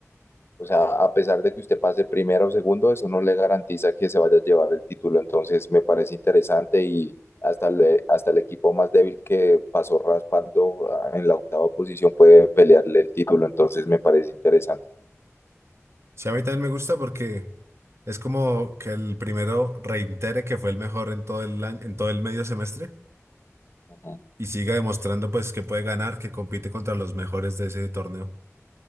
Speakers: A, on the left; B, on the right.
A: o sea, a pesar de que usted pase primero o segundo, eso no le garantiza que se vaya a llevar el título, entonces me parece interesante y hasta el, hasta el equipo más débil que pasó raspando ah, en la octava posición puede pelearle el título, entonces me parece interesante.
B: Sí, a mí también me gusta porque es como que el primero reitere que fue el mejor en todo el año- en todo el medio semestre
A: Ujú.
B: y siga demostrando pues que puede ganar, que compite contra los mejores de ese torneo.